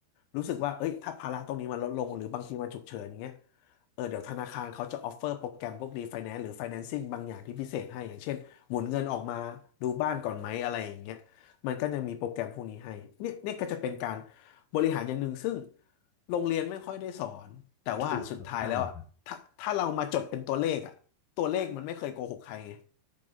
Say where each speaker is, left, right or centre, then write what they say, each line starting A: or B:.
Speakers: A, on the left (about 85°); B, on the left (about 50°).
A: รู้สึกว่าเอ้ยถ้าภาระตรงนี้มันลดลงหรือบางทีมันฉุกเฉินอย่างเงี้ยเออเดี๋ยวธนาคารเขาจะออฟเฟอร์โปรแกรมพวกรีไฟแนนซ์หรือไฟแนนซิ่งบางอย่างที่พิเศษให้อย่างเช่นหมุนเงินออกมาดูบ้านก่อนไหมอะไรอย่างเงี้ย มันก็จะมีโปรแกรมพวกนี้ให้เนี่ยเนี่ยก็จะเป็นการบริหารอย่างหนึ่งซึ่งโรงเรียนไม่ค่อยได้สอน แต่ว่าสุดท้ายแล้วอ่ะถ้าถ้าเรามาจดเป็นตัวเลขอ่ะตัวเลขมันไม่เคยโกหกใครไง
B: ถูกครับใช่ครับ